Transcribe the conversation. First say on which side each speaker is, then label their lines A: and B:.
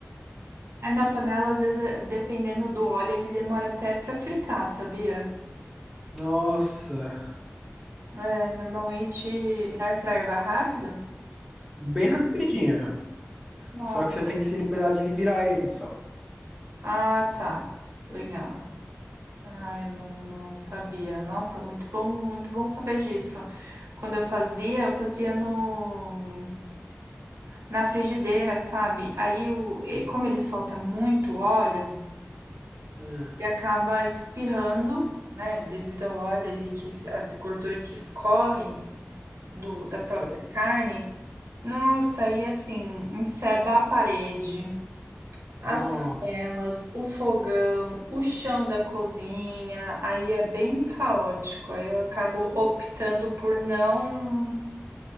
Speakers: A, on the right; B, in the centre.
A: É, na panela, às vezes, é- dependendo do óleo, ele demora até pra fritar, sabia?
B: Nossa.
A: É, normalmente, na air fryer vai rápido?
B: Bem rapidinho.
A: Nossa.
B: Só que você tem que se liberar de virar ele só.
A: Ah, tá. Legal. Ah, eu não, não sabia. Nossa, muito bom, muito bom saber disso. Quando eu fazia, eu fazia no, na frigideira, sabe? Aí, o, e como ele solta muito óleo,
B: Ah,
A: ele acaba espirrando, né? Devido ao óleo ali, que, es- a gordura que escorre do, da própria
B: cer-
A: carne. Nossa, aí assim, encerba a parede, as
B: nossa,
A: panelas, o fogão, o chão da cozinha, aí é bem caótico. Aí eu acabo optando por não